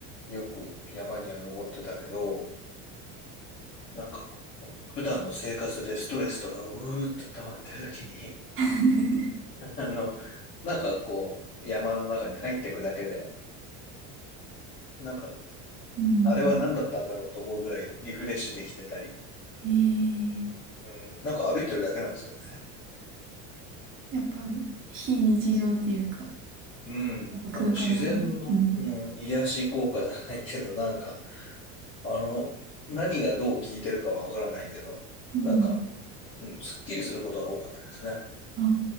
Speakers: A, on the left; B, on the right.
A: よく山には登ってたけど、なんかこう、普段の生活でストレスとかうーっと溜まってる時に、
B: <laughs>
A: <laughs> あの、なんかこう、山の中に入っていくだけで、なんか、
B: うん。
A: あれは何だったんだろうと思うぐらいリフレッシュできてたり、
B: ええ
A: うん、なんか歩いてるだけなんですけど
B: やっぱ、非日常っていうか、
A: うん。
B: やっぱ空間が大事。
A: あの、自然の、
B: うん。
A: うん、癒し効果じゃないけど、<laughs> なんか、あの、何がどう効いてるかはわからないけど、
B: うん。
A: なんか、うん、すっきりすることが多かったですね。あ
B: あ